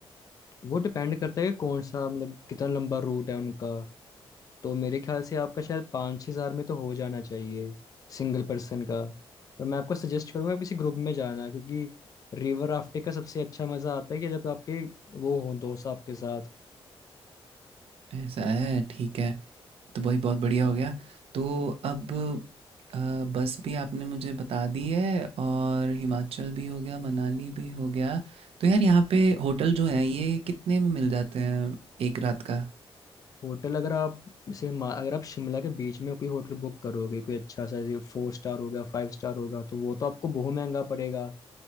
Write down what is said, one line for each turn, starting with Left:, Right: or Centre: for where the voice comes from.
Left: वो डिपेंड करता है कि कौन सा मतलब कितना लंबा रूट है उनका तो मेरे ख्याल से आपका शायद पाँच छः हज़ार में तो हो जाना चाहिए सिंगल पर्सन का और मैं आपको सजेस्ट करूँगा किसी ग्रुप में जाना क्योंकि रिवर राफ्टिंग का सबसे अच्छा मज़ा आता है कि जब आपके वो हों दोस्त आपके साथ
Right: ऐसा है ठीक है तो भाई बहुत बढ़िया हो गया तो अब अ, बस भी आपने मुझे बता दी है और हिमाचल भी हो गया मनाली भी हो गया तो यार यहाँ पे होटल जो है ये कितने में मिल जाते हैं एक रात का
Left: होटल अगर आप जैसे मा- अगर आप शिमला के बीच में कोई होटल बुक करोगे कोई अच्छा सा जैसे फोर स्टार होगा फाइव स्टार होगा तो वो तो आपको बहुत महंगा पड़ेगा